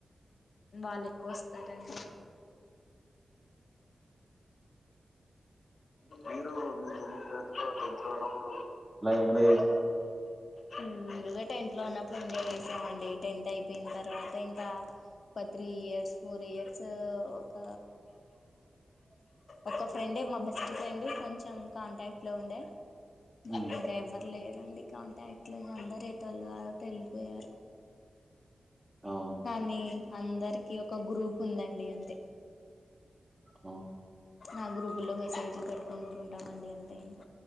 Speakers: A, on the left (about 65°); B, on the right (about 20°).
A: వాళ్ళు ఎక్కువ వస్తారండి మీరు మీ <unintelligible> ఉన్నప్పుడు
B: ఎంజాయ్
A: ఎలా
B: చేశారు?
A: హుమ్ ఒకటే ఇంట్లో ఉన్నపుడు ఎంజాయ్ చేసామండి టెన్త్ అయిపోయిన తర్వాత ఇంకా ఒక త్రీ ఇయర్స్ ఫోర్ ఇయర్స్ ఒక ఒక ఫ్రెండే మా బె బెస్ట్ ఫ్రెండ్ కొంచెం కాంటాక్ట్ లో ఉండ ఇప్పుడు
B: హ్మ్.
A: ఇంకా ఎవ్వరు లేరండి కాంటాక్ట్ లో అందరు ఎటోళ్ళు అటు ఎళ్ళిపోయారు
B: అవును
A: కానీ అందరికి ఒక గ్రూప్ ఉందండి అంతే
B: హుమ్
A: ఆ గ్రూపుల్లో మెసేజ్లు పెట్టుకుంటుంటామండి అంతే ఇంక